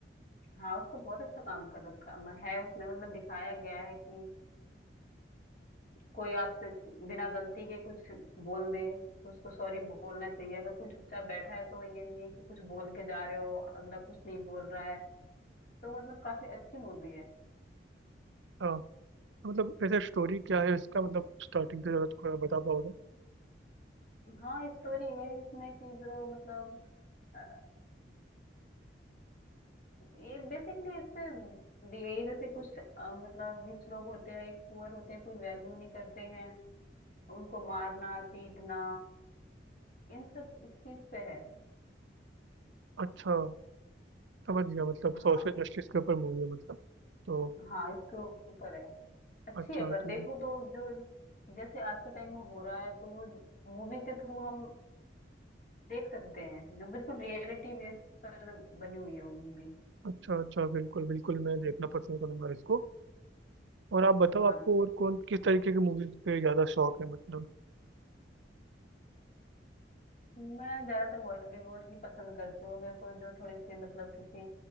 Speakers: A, on the left; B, on the right.
A: हाँ उसको बहुत अच्छा काम कर रखा है उसमें मतलब दिखाया गया है कि कोई आपसे बिना गलती के कुछ बोल दे तो उसको सॉरी बोलना चाहिए अगर कोई चुपचाप बैठा है तो ये नहीं है कि कुछ बोल के जा रहे हो अगला कुछ नहीं बोल रहा है तो मतलब काफी अच्छी मूवी है
B: हाँ तो मतलब वैसे स्टोरी क्या है इसका मतलब स्टार्टिंग से जरा थोड़ा बता पाओगे
A: हाँ स्टोरी ये है इसमें कि जो मतलब अ, ये बेसिकली इससे दी गई है जैसे कुछ अ, मतलब रिच लोग होते हैं एक पुअर होते हैं कोई वैल्यू नहीं करते हैं उनको मारना पीटना इन सब इस चीज पे है
B: अच्छा समझ गया मतलब
A: हाँ
B: सोशल जस्टिस के ऊपर मूवी है मतलब तो
A: हाँ इसके ऊपर है अच्छी
B: अच्छा
A: है
B: होती
A: पर देखो
B: है
A: तो जो जैसे आज के टाइम में हो रहा है तो वो मूवी के थ्रू हम देख सकते हैं जो बिल्कुल रियलिटी बेस पर बनी हुई है वो मूवी
B: अच्छा अच्छा बिल्कुल बिल्कुल मैं देखना पसंद करूंगा इसको और आप बताओ
A: हाँ
B: आपको और कौन किस तरीके की मूवीज पे ज़्यादा शौक है मतलब
A: मैं ज्यादातर बॉलीवुड ही पसंद करती हूँ मेरे को जो थोड़ी सी मतलब किसी